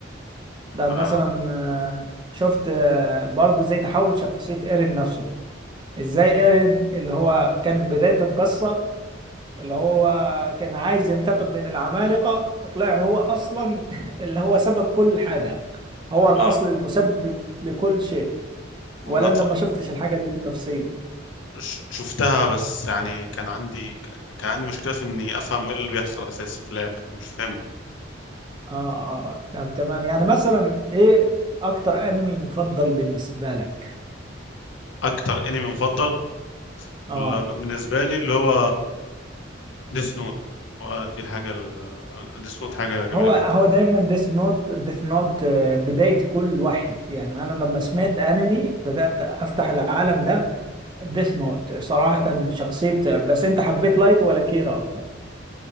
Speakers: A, on the right; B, on the left.
A: ده
B: اه
A: مثلا آه، شفت آه، برضو زي تحول شخصيه ايرين نفسه ازاي ايرين اللي هو كان في بدايه القصه اللي هو كان عايز ينتقم من العمالقه طلع هو اصلا <laughs> اللي هو سبب كل حاجه هو الاصل
B: اه
A: المسبب لكل شيء
B: وانا
A: ولا
B: اتف-
A: انت ما شفتش الحاجه دي بالتفصيل
B: ش- شفتها بس يعني كان عندي كان عندي مشكله في اني افهم ايه اللي بيحصل اساسا في الاخر مش فاهم
A: اه اه آه. طب تمام يعني مثلا ايه اكتر انمي مفضل بالنسبه لك
B: اكتر انمي مفضل
A: اه
B: ل- بالنسبه لي اللي هو ديس نوت دي الحاجه ديس نوت حاجه جميله
A: هو
B: جدا
A: هو دايما ديث نوت ديث نوت بداية كل واحد يعني أنا لما سمعت أنمي بدأت أفتح العالم ده ديث نوت صراحة شخصية بس أنت حبيت لايت ولا كيرا أكتر